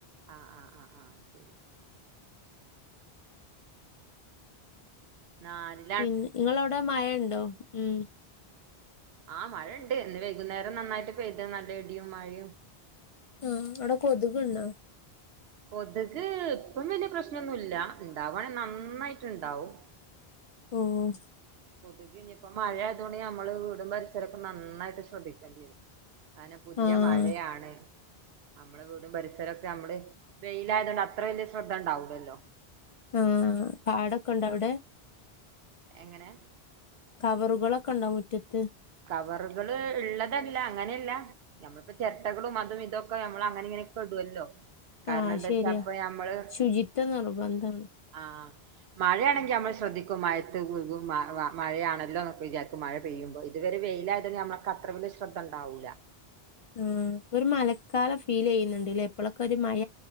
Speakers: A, on the right; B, on the left.
A: ആഹ് ആഹ് ആഹ് ആഹ് ശരി നാല്
B: പിന്ന ഇങ്ങളവിടെ മഴേണ്ടോ ഊം
A: ആഹ് മഴേണ്ട് ഇന്ന് വൈകുന്നേരം നന്നായിട്ട് പെയ്ത് നല്ല ഇടിയും മഴയും
B: ആഹ് അവിട കൊതുകിണ്ടോ
A: കൊതുക് ഇപ്പം വലിയ പ്രശ്നൊന്നുല്ല ഉണ്ടവാണെ നന്നായിട്ട് ഉണ്ടാവും
B: ഉം
A: കൊതുക് ഇഞ്ഞിപ്പോ മഴയതുകൊണ്ട് നമ്മള് വീടും പരിസരൊക്കെ നന്നായിട്ട് ശ്രദ്ധിക്കേണ്ടി വരും കാരണം പുതിയ
B: ആഹ്
A: മഴയാണ് നമ്മള വീടും പരിസരൊക്കെ നമ്മള് വെയിലയതുകൊണ്ട് അത്ര വലിയ ശ്രദ്ധ ഉണ്ടാവൂല്ലല്ലോ
B: ആഹ് പാടൊക്കെ ഉണ്ട അവിടെ
A: എങ്ങനെ
B: കവറുകളൊക്കെ ഉണ്ടോ മുറ്റത്ത്
A: കവറുകള് ഇള്ളതല്ല അങ്ങനെല്ല നമ്മളിപ്പ ചെരട്ടകളും അതും ഇതൊക്കെ നമ്മളങ്ങനെ ഇങ്ങനെയെക്ക ഇടുവല്ലോ കാരണം
B: ആഹ്
A: എന്താ
B: ശരിയാ
A: വെച്ചാ ഇപ്പ ഞമ്മള്
B: ശുചിത്വ നിർബന്ധാണ്
A: ആഹ് മഴയാണെങ്കി നമ്മള് ശ്രദ്ധിക്കും മഴയത്ത് കും കും മ മ മഴയാണല്ലോ എന്നൊക്കെ വിചാരിക്കും മഴ പെയ്യുമ്പോ ഇതുവരെ വെയിലായത നമ്മക്ക് അത്ര വലിയ ശ്രദ്ധണ്ടാവൂല്ല
B: ഊം ഒരു മഴക്കാലം ഫീലെയ്യുന്നുണ്ട് ഇല്ലേ ഇപ്പളൊക്കെ ഒരു മഴ